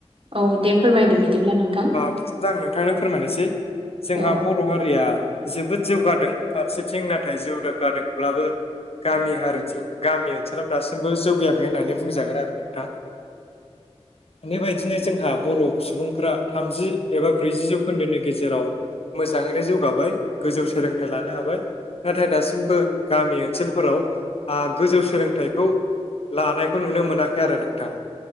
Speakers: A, on the right; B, on the left.
A: औ दे फोरमायदो बिदिब्ला नोंथां
B: बिदिब्ला आं नोंथांनो फोरमायनोसै जोंहा
A: औ
B: बर बर' हारिया जोबोद जौगादों फारसे थिं नाथाय जौगादोंब्लाबो गामि हारिथिं गामि ओनसोलाव दासिमबो जौगायाखै होननानै बुंजागोन आरो नोंथां
A: <inaudible>
B: बेबायदिनो जोंहा बर' सुबुंफोरा थामजि एबा ब्रैजि जौखोन्दोनि गेजेराव मोजाङैनो जौगाबाय गोजौ सोलोंथाइ लानो हाबाय नाथाय दासिमबो गामि ओनसोलफोराव गोजौ सोलोंथाइखौ लानायखौ नुनो मोनाखै आरो नोंथां